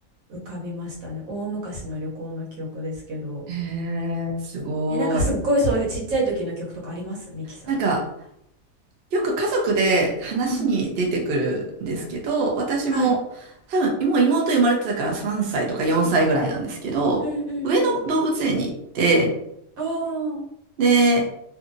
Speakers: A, on the right; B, on the right.
A: 浮かびましたね。大昔の旅行の記憶ですけど。
B: えー、すごい。
A: え、なんかすっごいそういうちっちゃい時の記憶とかありますミキさん。
B: なんか、よく家族で話に出てくるんですけど、
A: うん
B: 私も、
A: はい
B: 多分、もう妹生まれてたから3歳とか4歳ぐらいなんですけど、
A: うんうんうん。
B: 上野動物園に行って、
A: おー。
B: で、